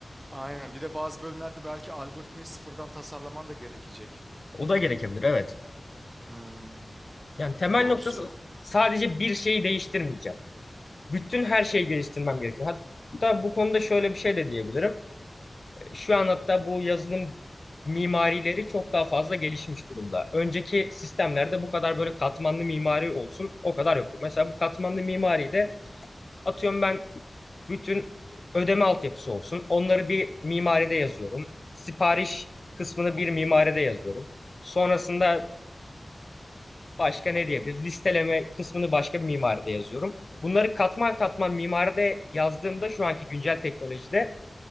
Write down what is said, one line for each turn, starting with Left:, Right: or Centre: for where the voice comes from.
Right: aynen bir de bazı bölümlerde belki algoritmayı sıfırdan tasarlaman da gerekecek.
Left: o da gerekebilir evet.
Right: Hmm,
Left: Yani temel
Right: doğru
Left: noktası
Right: söylüyorsun.
Left: sadece bir şeyi değiştirmeyeceğim. Bütün her şeyi geliştirmem gerekiyor. Hatta bu konuda şöyle bir şey de diyebilirim. Şu an hatta bu yazılım mimarileri çok daha fazla gelişmiş durumda. Önceki sistemlerde bu kadar böyle katmanlı mimari olsun o kadar yoktu. Mesela bu katmanlı mimari de atıyorum ben bütün ödeme altyapısı olsun. Onları bir mimaride yazıyorum. Sipariş kısmını bir mimaride yazıyorum. Sonrasında başka ne diyebiliriz? Listeleme kısmını başka bir mimaride yazıyorum. Bunları katman katman mimaride yazdığımda şu anki güncel teknolojide